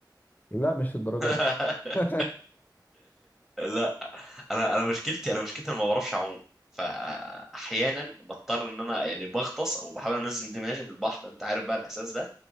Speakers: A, on the left; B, in the centre.
A: لا مش الدرجات
B: <laughs>
A: دي <laughs>
B: لا انا انا مشكلتي انا مشكلتي انا ما بعرفش اعوم فاحيانا بضطر ان انا يعني بغطس او بحاول انزل دماغي في البحر انت عارف بقى الاحساس ده